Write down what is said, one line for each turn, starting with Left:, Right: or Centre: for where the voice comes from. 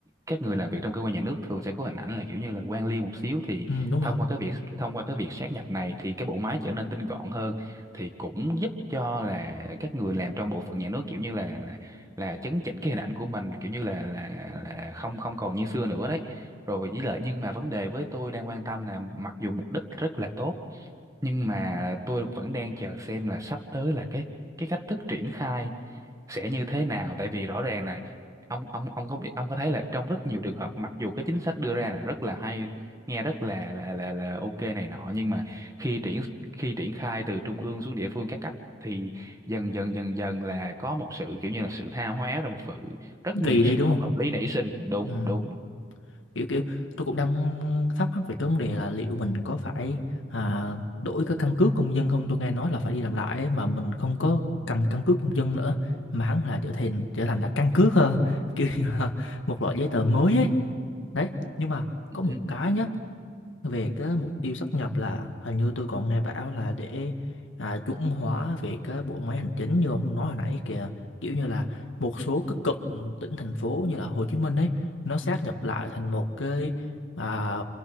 Right: các người làm việc trong cơ quan nhà nước thường sẽ có hình ảnh là kiểu như là quan liêu một xíu thì
Left: ừ đúng
Right: thông
Left: rồi
Right: qua cái việc thông qua cái việc sát nhập này thì cái bộ máy trở nên tinh gọn hơn thì cũng giúp cho là các người làm trong bộ phận nhà nước kiểu như là là, là chấn chỉnh cái hình ảnh của mình kiểu như là là là không không còn như xưa nữa đấy rồi với lại nhưng mà vấn đề với tôi đang quan tâm là mặc dù mục đích rất là tốt nhưng mà tôi vẫn đang chờ xem là sắp tới là cái cái cách thức triển khai sẽ như thế nào tại vì rõ ràng là ông ông ông có biết ông có thấy là trong rất nhiều trường hợp mặc dù cái chính sách đưa ra là rất là hay nghe rất là là là là ok này nọ nhưng mà khi triển khi triển khai từ trung ương xuống địa phương các cấp thì dần dần dần dần là có một sự kiểu như là sự tha hóa rồi một sự rất
Left: kỳ
Right: nhiều
Left: đi
Right: sự
Left: đúng
Right: không
Left: không
Right: hợp lý nảy sinh đúng
Left: ừ.
Right: đúng
Left: kiểu kiểu tôi cũng đang thắc mắc về cái vấn đề là liệu mình có phải à, đổi cái căn cước công dân không tôi nghe nói là phải đi làm lại ấy, mà mình không có cầm căn cước công dân nữa mà hắn là trở thành trở thành là căn cước hơn <laughs> kiểu như là một loại giấy tờ mới ấy đấy nhưng mà có một
Right: ừ,
Left: cái nhá về cái mục tiêu sát nhập là hình như tôi còn nghe bảo là để à, chuẩn hóa về cái bộ máy hành chính như ông nói hồi nãy kìa kiểu như là một số các cụm tỉnh thành phố như là Hồ Chí Minh ấy nó sát nhập lại thành một cái à,